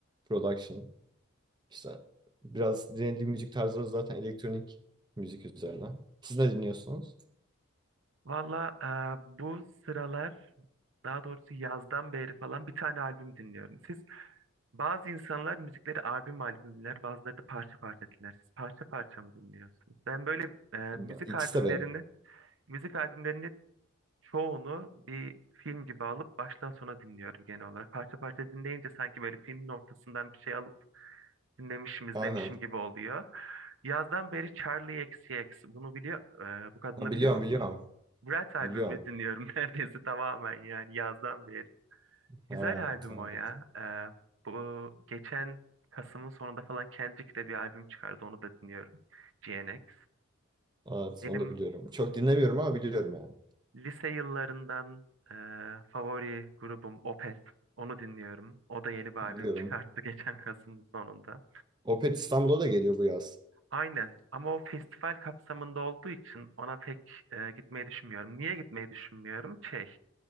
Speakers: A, on the right; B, on the right.
A: production. İşte biraz dinlediğim müzik tarzları zaten elektronik müzik üzerine. Siz ne dinliyorsunuz?
B: Valla e, bu sıralar daha doğrusu yazdan beri falan bir tane albüm dinliyorum. Siz bazı insanlar müzikleri albüm albüm dinler, bazıları da parça parça dinler. Siz parça parça mı dinliyorsunuz? Ben böyle e,
A: Ben-
B: müzik
A: İkisi
B: albümlerini,
A: de benim.
B: müzik albümlerini çoğunu bir film gibi alıp baştan sona dinliyorum genel olarak. Parça parça dinleyince sanki böyle filmin ortasından bir şey alıp Dinlemişim, izlemişim
A: Aynen.
B: gibi oluyor. Yazdan beri Charlie X X, Bunu biliyor, e, bu kadını
A: Ha, biliyorum,
B: biliyor musunuz?
A: biliyorum.
B: Brat albümünü
A: Biliyorum.
B: dinliyorum <laughs> neredeyse tamamen yani yazdan beri. Güzel
A: Ha,
B: albüm
A: evet.
B: o ya. E, bu geçen Kasım'ın sonunda falan Kendrick de bir albüm çıkardı. Onu da dinliyorum. G N X,
A: Evet,
B: Benim
A: onu da biliyorum. Çok
B: l-
A: dinlemiyorum ama biliyorum yani.
B: lise yıllarından e, favori grubum Opeth. Onu dinliyorum. O da yeni bir albüm
A: Biliyorum.
B: çıkarttı <laughs> geçen Kasım'ın sonunda.
A: Opet İstanbul'a da geliyor bu yaz.
B: Aynen ama o festival kapsamında olduğu için ona pek e, gitmeyi düşünmüyorum. Niye gitmeyi düşünmüyorum? Şey,